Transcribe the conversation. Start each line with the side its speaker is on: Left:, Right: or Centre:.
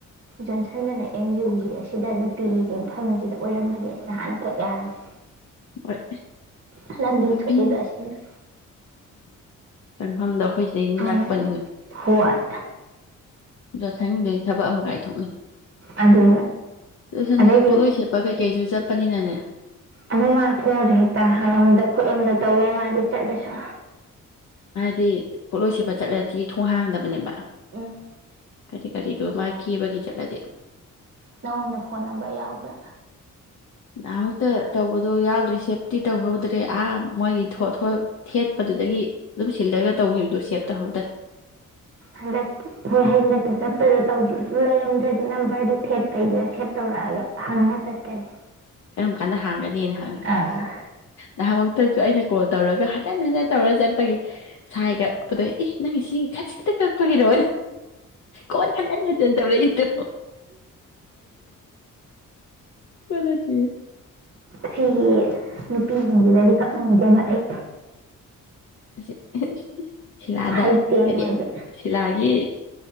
Right: ꯖꯣꯟꯁꯟꯗꯨꯅ ꯑꯦꯝ ꯌꯨꯒꯤ ꯑꯁꯤꯗ ꯅꯨꯄꯤꯒꯤꯁꯤꯡ ꯐꯝꯃꯤꯁꯤꯗ ꯑꯣꯏꯔꯝꯃꯗꯤ ꯅꯍꯥꯟꯅ ꯀꯛ ꯌꯥꯔꯝꯅꯤ
Left: ꯍꯣꯏ
Right: ꯍꯂ ꯃꯤꯊ
Left: ꯅꯨꯄꯤ
Right: ꯑꯦꯕ ꯑꯁꯤꯅ
Left: ꯆꯪꯐꯝꯗꫭ ꯑꯩꯈꯣꯏ ꯁꯤꯗꯩꯗꯤ
Right: ꯎꯝ
Left: ꯅꯛꯄꯅꯤꯅ
Right: ꯍꯣꯏ
Left: ꯌꯥꯎꯁꯪꯒꯤꯗꯗꯤ ꯊꯕꯛ ꯑꯃ ꯀꯥꯏꯊꯣꯛꯅꯩ
Right: ꯑꯗꯨ
Left: ꯌꯥꯣꯁꯟꯗꯨꯗꯤ
Right: ꯑꯗꯩꯗꯤ
Left: ꯄꯣꯠꯂꯣꯏ ꯁꯦꯠꯄ ꯀꯩꯩ ꯀꯩꯁꯨ ꯆꯠꯄꯅꯤꯅꯅꯦ
Right: ꯑꯗꯨ ꯃꯥ ꯊꯣꯡꯁꯦ ꯍꯦꯛꯇ ꯍꯪꯉꯗ ꯈꯣꯠꯂꯝꯗ ꯇꯧꯋꯦ ꯃꯥ ꯔꯨꯆꯠ ꯆ
Left: ꯗꯤ ꯄꯣꯠꯂꯣꯏ ꯁꯦꯠꯄ ꯆꯠꯂꯗꯤ ꯊꯣꯡ ꯍꯥꯡꯗꯕꯅꯦꯕ
Right: ꯎꯝ
Left: ꯀꯔꯤ ꯀꯔꯤꯗꯣ ꯃꯥ ꯀꯦꯕꯒꯤꯤ ꯆꯠꯂꯗꯤ
Right: ꯅꯪꯉꯣꯟꯗ ꯐꯣꯟ ꯅꯝꯕꯔ ꯌꯥꯎꯕ꯭ꯔꯥ
Left: ꯍ ꯑꯃꯨꯛꯇ ꯇꯧꯕꯗꯣ ꯌꯥꯎꯗ꯭ꯔꯦ ꯁꯦꯞꯇꯤ ꯇꯧꯍꯧꯗ꯭ꯔꯦ ꯑꯥ ꯃꯣꯏꯒꯤ ꯊꯣꯠꯣ ꯊꯦꯠꯄꯗꯨꯗꯒꯤ ꯑꯗꯨꯝ ꯁꯤꯜꯂꯒ ꯇꯧꯈꯤꯕꯗꯣ ꯁꯦꯞ ꯇꯧꯍꯧꯗ꯭ꯔꯦ
Right: ꯍꯗ ꯍꯂꯀ ꯇ ꯂꯩꯔꯝꯗ꯭ꯔꯗꯤ ꯅꯝꯕꯔꯗꯨꯣ ꯐꯦ ꯀꯩꯗꯨꯗ ꯁꯦꯚ ꯇꯧꯔꯛꯑꯒ ꯍꯅ ꯆꯠꯀꯅꯤ
Left: ꯀꯔꯝ ꯀꯥꯟꯗ ꯍꯥꯡꯒꯅꯤ ꯅꯍꯥꯟ
Right: ꯑꯥ
Left: ꯅꯍꯥꯟꯃꯛꯇꯁꯨ ꯑꯩꯅ ꯀꯣꯜ ꯇꯧꯔꯒꯦ ꯍꯟꯖꯤꯟ ꯍꯟꯖꯤꯟ ꯇꯧꯔ ꯆꯠꯄꯒꯤ ꯁꯥꯏ ꯀꯛꯄꯗꯣ ꯑꯦ ꯅꯪꯒꯤ ꯁꯤ ꯈꯖꯤꯛ ꯈꯤꯇ ꯀꯛꯄꯒꯤꯔꯣ ꯀ ꯈꯇꯥꯇ ꯇ ꯏꯠꯇ ꯀꯗ ꯌꯦ
Right: ꯁꯤꯒꯤ ꯅꯨꯄꯤꯁꯤꯡꯁꯤꯗꯗꯤ ꯀꯛꯅꯤꯡꯗꯦꯕ ꯑꯩ
Left: ꯑꯁꯤꯁ ꯁꯤꯂꯥꯗ
Right: ꯍꯩꯇꯦ
Left: ꯀꯗꯤ
Right: ꯃꯣꯏꯗꯤ
Left: ꯁꯤꯂꯥꯒꯤ